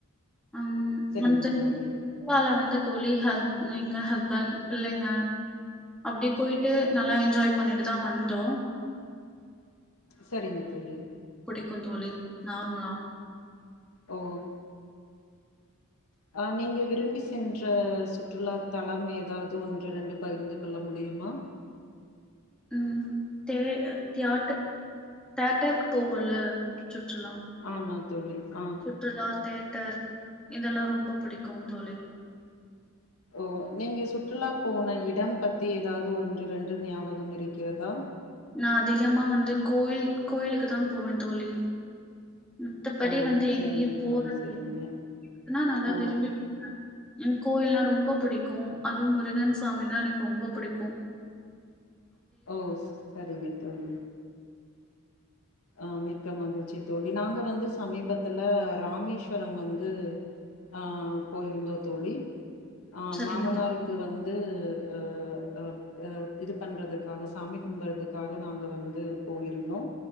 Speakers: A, in the centre; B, on the left.
A: ம்
B: சரிங்க
A: அந்த
B: தோழி,
A: <inaudible> வந்து தோழி ஹஸ்ப் எங்க ஹஸ்பண் பிள்ளைங்க அப்டி போய்ட்டு நல்லா என்ஜாய் பண்ணிட்டு தா வந்தோ
B: சரிங்க தோழி
A: க்குந் தோழி நார்மலா
B: ஓகோ அ நீங்க விரும்பி சென்ற சுற்றுலா தலம் எதாவது ஒன்று ரெண்டு பகிர்ந்து கொள்ள முடியுமா
A: உம் தே தியாட் தேட்டருக்கு போவோல்ல சுற்றலாம்
B: ஆமா தோழி ஆ.
A: சுற்றுலா தேட்டர் இதெல்லா ரொம்ப பிடிக்கு தோழி
B: ஓ நீங்க சுற்றுலா போன இடம் பத்தி எதாவது ஒன்று ரெண்டு ஞாபகம் இருக்கிறதா
A: நா அதிகமா வந்து கோயில் கோயிலுக்கு தா போவே தோழி மத்தபடி
B: ஓ!
A: வந்து
B: சரிங்க
A: எங்கியு போற
B: தோழி,
A: <inaudible>
B: சரிங்க.
A: நல்லா
B: ஓ!
A: விரும்பி <inaudible> ம் கோயில்னா ரொம்ப பிடிக்கு அதுவு முருகன் சாமினா எனக்கு ரொம்ப பிடிக்கு
B: ஓ சரிங்க தோழி ஆஹ் மிக்க மகிழ்ச்சி தோழி நாங்க வந்து சமீபத்துல ராமேஸ்வரம் வந்து ஆஹ் போயிருந்தோ தோழி ஆஹ்
A: சரிங்க
B: மாமனாருக்கு
A: தோழி
B: வந்து அ அப் அ இது பண்றதுக்காக சாமி கும்புறதுக்காக நாங்க வந்து போயிருந்தோ